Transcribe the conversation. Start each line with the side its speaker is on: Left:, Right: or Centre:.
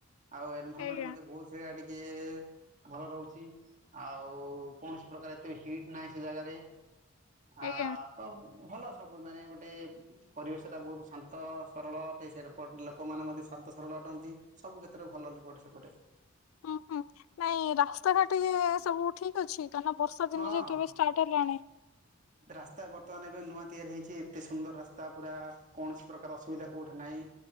Right: ଆଉ ଏନଭରମେଣ୍ଟ
Left: ଆଜ୍ଞା
Right: ବହୁଆ। ଟଏ ଭଲ ରହୁଛି ଆଉ କୌଣସି ପ୍ରକାର ଏତେ ହିଟ୍ ନାହିଁ, ସେ ଜାଗାରେ। ଆ
Left: ଆଜ୍ଞା
Right: ତ। ଭଲ ସବୁ ମାନେ ଗୋଟେ ପରିବେଶ ଟା ବହୁତ। ଶାନ୍ତ ସରଳ ଅଟ ସେପଟ ଲୋକମାନେ ମଧ୍ୟ ଶାନ୍ତ ସରଳ ଅଟନ୍ତି ସବୁ କ୍ଷେତ୍ରରେ ଭଲପଟେ ସେପଟେ।
Left: ହୁଁ ହୁଁ, ନାଇଁ ରାସ୍ତାଘାଟ ଏ ସବୁ ଠିକ ଅଛି। କାହିଁକ ନା ବର୍ଷା ଦିନ
Right: ହଁ
Left: ଯେହେତୁବେ ଷ୍ଟାର୍ଟ ହେଲାଣି।
Right: ରାସ୍ତା ବର୍ତ୍ତମାନ ଏବେ ନୂଆ ତିଆରି ହେଇଛି ଏତେ ସୁନ୍ଦର ରାସ୍ତା ପୁରା କୌଣସି ପ୍ରକାର ଅସୁବିଧା କୋଉଠି ନାହିଁ